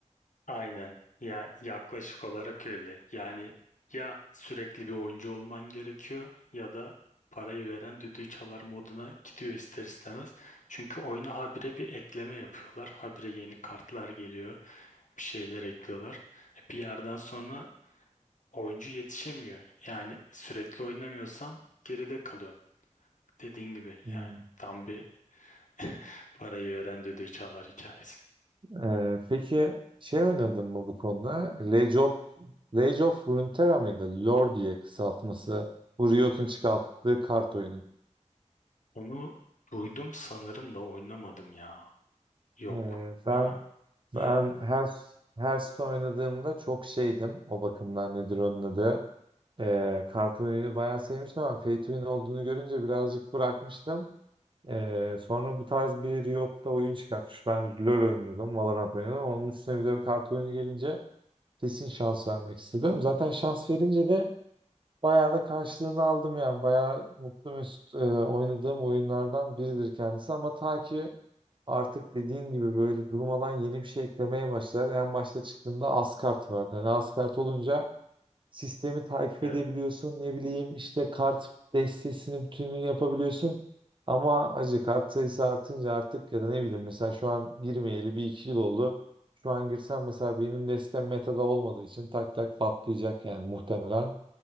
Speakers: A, on the left; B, on the right.
A: Aynen. Ya yaklaşık olarak öyle. Yani ya sürekli bir oyuncu olman gerekiyor ya da parayı veren düdüğü çalar moduna gidiyor ister istemez. Çünkü oyuna habire bir ekleme yapıyorlar. Habire yeni kartlar geliyor. Bir şeyler ekliyorlar. E bir yerden sonra oyuncu yetişemiyor. Yani sürekli oynamıyorsan geride kalıyorsun. Dediğin gibi
B: Hmm.
A: yani tam bir <laughs> parayı veren düdüğü çalar hikayesi.
B: Ee, peki şey oynadın mı bu konuda? Age of, Age of Runeterra mıydı? LoR diye kısaltması. Bu Riot'un çıkarttığı kart oyunu.
A: Onu duydum sanırım da oynamadım ya. Yok.
B: Ee, ben
A: Ha,
B: ben
A: evet,
B: her Hearthstone oynadığımda çok şeydim. O bakımdan nedir onun adı? Ee, kart oyunu bayağı sevmiştim ama Pay to Win olduğunu görünce birazcık bırakmıştım. Ee, sonra bu tarz bir Riot'ta oyun çıkartmış. Ben LoL oynuyordum, Valorant oynuyordum. Onun üstüne bir de bir kart oyunu gelince kesin şans vermek istedim. Zaten şans verince de bayağı da karşılığını aldım yani. Bayağı mutlu mesut e, oynadığım oyunlardan biridir kendisi. Ama ta ki artık dediğin gibi böyle durmadan yeni bir şey eklemeye başlar. En başta çıktığında az kart vardı. Yani az kart olunca sistemi takip
A: evet.
B: edebiliyorsun. Ne bileyim işte kart destesinin bütününü yapabiliyorsun. Ama acı kart sayısı artınca artık ya da ne bileyim mesela şu an girmeyeli bir iki yıl oldu. Şu an girsem mesela benim destem metada olmadığı için tak tak patlayacak yani muhtemelen.